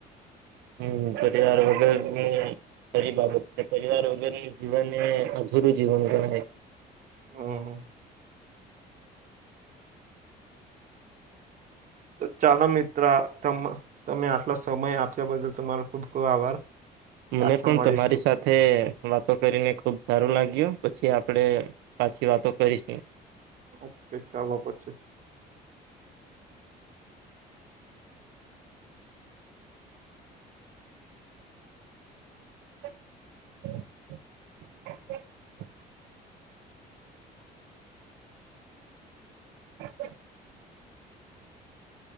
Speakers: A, on the right; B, on the right.
A: હમ્મ પરિવાર વગર હમ્મ. ખરી બાબત છે પરિવાર વગર જીવનને અધૂરું જીવન ગણાય.
B: હા. તો ચાલ મિત્ર તમ તમે આટલો સમય આપલા બદલ ત ખૂબ-ખૂબ આભાર. પાછા
A: મને પણ
B: મળીશું
A: તમારી સાથે સાથે વાતો કરીને ખુબ સારું લાગ્યું પછી આપણેે પાછી વાતો કરીશું.
B: ઓકે ચાલો પછી.
A: <inaudible> <inaudible>